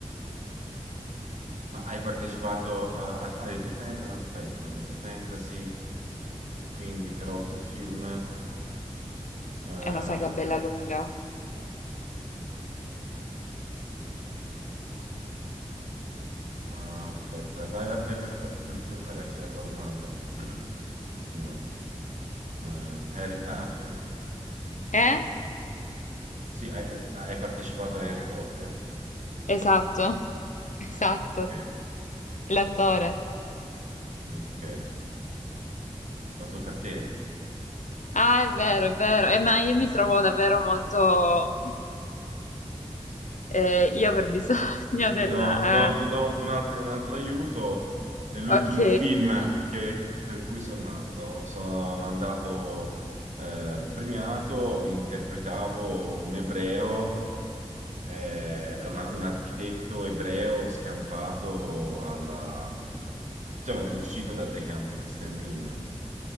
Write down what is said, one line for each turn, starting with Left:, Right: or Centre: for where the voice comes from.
Right: Ma hai partecipato a, a- hai detto fantasy, no, aspetta, no, hai detto fantasy, quindi per otto film, eh, eh,
Left: È una saga bella lunga.
Right: ah, aspetta, vai, vai, vai, vai, puoi fare anche la la domanda. <clears throat> Io. Ehm, Harry, ah, ok.
Left: Eh?
Right: Sì, hai, hai partecipato a Harry Potter.
Left: Esatto, <laughs> esatto.
Right: Ok.
Left: L'attore.
Right: Ok. Ma tocca a te.
Left: Ah, è vero, è vero. Eh, ma io mi trovo davvero molto... mm, eh, io aver bisogno <laughs> della...
Right: Ti do, ti do- ti
Left: eh,
Right: do un altro, un altro aiuto. Nell'ultimo
Left: ok.
Right: film che- per cui insomma, so- sono andato eh, premiato, interpretavo un ebreo, eh, una- un architetto ebreo scampato alla... cioè, è uscito da dei campi di sterminio.